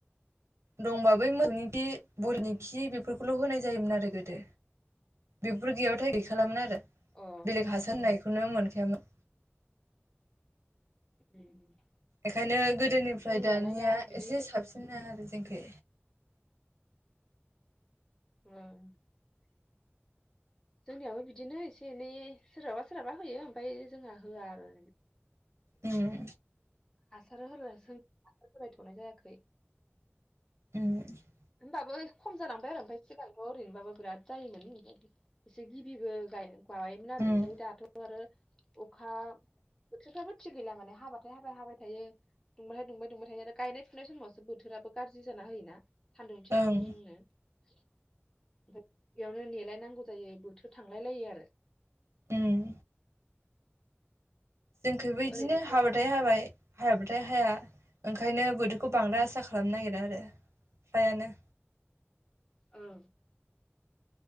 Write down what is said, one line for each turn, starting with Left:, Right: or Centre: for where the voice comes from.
Right: दंबा बै मोसौनि खि <unintelligible> खि बेफोरखौल होनाय जायोमोन आरो गोदो बेफोर गैयाबाथाय गैखालामोन आरो
Left: अ
Right: बेलेग हासार होनाय नुनो मोनखायामोन।
Left: उम
Right: इखायनो गोदोनिफ्राय
Left: जोंनियालाय
Right: दानिया
Left: दा बिदि
Right: एसे
Left: जों
Right: साबसिन <unintelligible> रो जोंखै
Left: <inaudible> जोंनियावबो बिदिनो एसे एनै सोरहाबा सोरहाबा होयो ओमफ्राय जोंहा होआ आरो
Right: उम
Left: हासार होरोसो हासार होलायथनाय जायाखै
Right: <unintelligible>
Left: होनबाबो खम जालांबाय आरो ओमफ्राय सिगांथ ओरैनोबाबो बिराद जायोमोन एसे गिबिबो गायो गायोमोन आरो
Right: उम
Left: ओमफ्राय दाथ आरो अखा बोथोरफ्राबो थिग गैला माने हाबाथाय हाबाय हाबाय थायो दुंबाथाय दुंबाय दुंबाय थायो आरो गायनाय फुनाय समावसो बोथोराबो गाज्रि जाना होयोना सान्दुंथिंनो
Right: ओं
Left: <inaudible> <unintelligible> बेयावनो नेलायनांगौ जायो बोथोर थांलायलायो आरो
Right: उम जोंखैबो इदिनो
Left: ओरैनोथ'
Right: हाबाथाय हाबाय हायाबाथाय हाया ओंखायनो बोथोरखौ बांद्राय आसा खालामनो नागिरा आरो फ्रायानो
Left: ओं